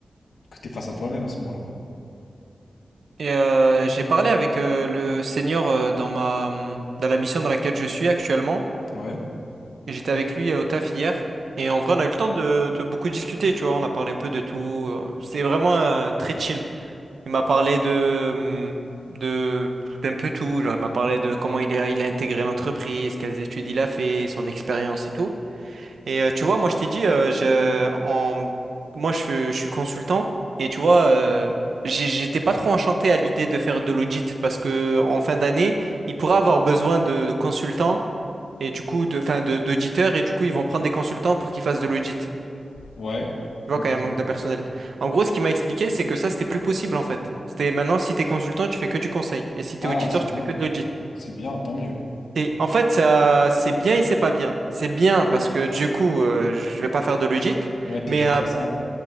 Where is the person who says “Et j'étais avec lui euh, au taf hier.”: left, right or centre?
Right